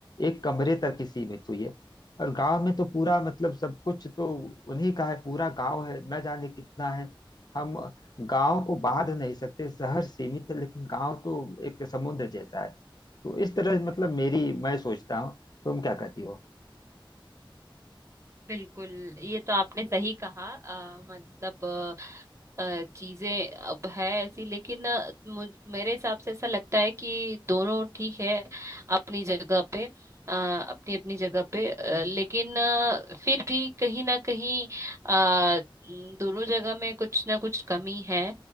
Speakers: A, on the left; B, on the right.
A: एक कमरे तक ही सीमित हुई है और गांव में तो पूरा मतलब सब कुछ तो उन्हीं का है पूरा गांव है न जाने कितना है हम गांव को बांध नहीं सकते शहर सीमित है लेकिन गांव तो एक समुद्र जैसा है तो इस तरह मतलब मेरी मैं सोचता हूँ तुम क्या कहती हो
B: बिल्कुल ये तो आपने सही कहा अ, मतलब अ, चीजें अब है ऐसी लेकिन अ, मुझ मेरे हिसाब से ऐसा लगता है कि दोनों ठीक है अपनी जगह पे अ, अपनी अपनी जगह पे अ, लेकिन अ, फिर भी कहीं ना कहीं अ, न- दोनों जगह में कुछ ना कुछ कमी है